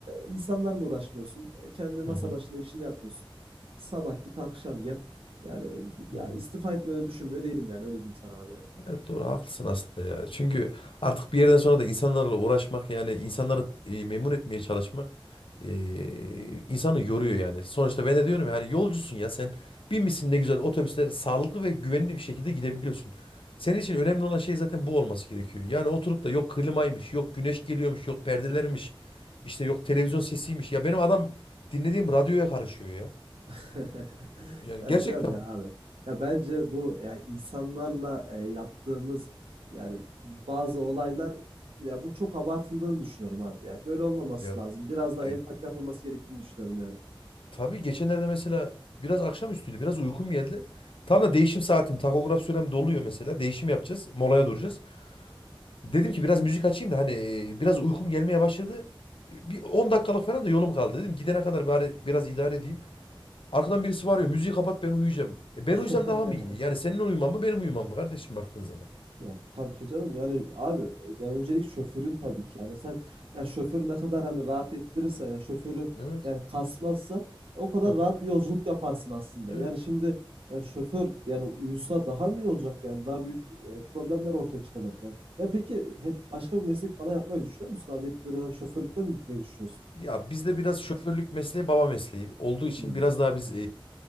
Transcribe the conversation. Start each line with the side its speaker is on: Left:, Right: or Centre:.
Right: e, insanlarla uğraşmıyorsun. E, kendi masa
Left: Hı hı.
Right: başında işini yapıyorsun. Sabah git akşam gel. Yani e, ya
Left: Hı hı.
Right: istifa etmiyor da düşünmüyor değilim yani öyle diyeyim sana abi yani.
Left: Evet doğru haklısın aslında ya. Çünkü artık bir yerden sonra da insanlarla uğraşmak yani insanları e, memnun etmeye çalışmak e, insanı yoruyor yani. Sonuçta ben de diyorum yani yolcusun ya sen binmişsin ne güzel otobüslere sağlıklı ve güvenli bir şekilde gidebiliyorsun. Senin için önemli olan şey zaten bu olması gerekiyor. Yani oturup da yok klimaymış, yok güneş geliyormuş, yok perdelermiş, işte yok televizyon sesiymiş. Ya benim adam dinlediğim radyoya karışıyor ya.
Right: <laughs>
Left: Yani
Right: Ya
Left: gerçekten
Right: diyorum ya abi. Ya bence bu yani insanlarla e, yaptığımız yani bazı olaylar ya bu çok abartıldığını düşünüyorum abi. Yani böyle olmaması
Left: ya
Right: lazım. Biraz daha
Left: e,
Right: empati yapılması gerektiğini düşünüyorum yani.
Left: Tabii geçenlerde mesela biraz akşamüstüydü. Biraz uykum geldi. Tam da değişim saatim. Takograf sürem doluyor mesela. Değişim yapacağız. Molaya duracağız. Dedim ki biraz müzik açayım da hani e, biraz uykum gelmeye başladı. Bir 10 dakikalık falan da yolum kaldı. Dedim gidene kadar bari biraz idare edeyim. Arkadan birisi bağırıyor. Müziği kapat ben uyuyacağım. E, ben
Right: <laughs>
Left: uyusam daha mı iyi? Yani senin uyuman mı benim uyumam mı kardeşim baktığın zaman.
Right: Ya tabii ki canım. Yani abi ya öncelik şoförün tabii ki. Yani sen ya şoförü ne kadar hani rahat ettirirsen ya şoförü
Left: Evet.
Right: yani kasmazsa o kadar
Left: Aha,
Right: rahat bir yolculuk yaparsın aslında.
Left: evet.
Right: Yani şimdi yani şoför yani uyusa daha mı iyi olacak yani daha büyük e, problemler ortaya çıkacak yani. Ya peki hep başka bir meslek bana yapmayı düşünüyor musun abi? Hep böyle hani şoförlükten mi gitmeyi düşünüyorsun?
Left: Ya bizde biraz şoförlük mesleği baba mesleği olduğu için
Right: Hmm,
Left: biraz daha biz e,